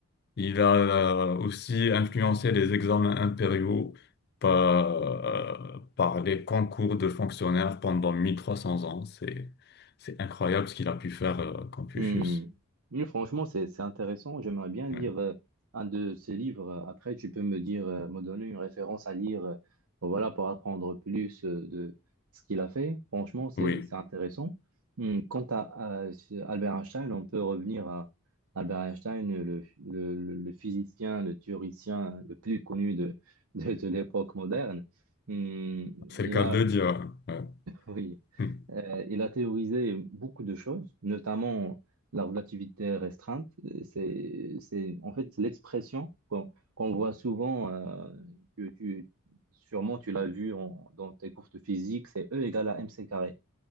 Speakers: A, on the left (about 45°); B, on the right (about 80°).
A: Il a euh, aussi influencé les examens impériaux par, euh, par les concours de fonctionnaires pendant 1300 ans. C'est, c'est incroyable ce qu'il a pu faire, euh, Confucius.
B: Hmm. Oui, franchement, c'est c'est intéressant. J'aimerais bien lire
A: Ouais.
B: euh, un de ces livres. Après, tu peux me dire, euh, me donner une référence à lire, euh, voilà, pour apprendre plus euh, de ce qu'il a fait. Franchement, c'est
A: Oui,
B: c'est intéressant. Hmm. Quant à, à ce- Albert Einstein, on peut revenir à Albert Einstein, le, le, le- le physicien, le théoricien le plus connu de, <laughs> de, de l'époque moderne. Hmm.
A: c'est
B: Il
A: le cas
B: a
A: de le dire. hein. ouais.
B: oui,
A: Hmm.
B: Euh, il a théorisé beaucoup de choses, notamment la relativité restreinte. C'est, c'est, en fait, c'est l'expression qu'on qu'on voit souvent, euh, que tu, sûrement tu l'as vu en- dans tes cours de physique, c'est E égale à mc carré.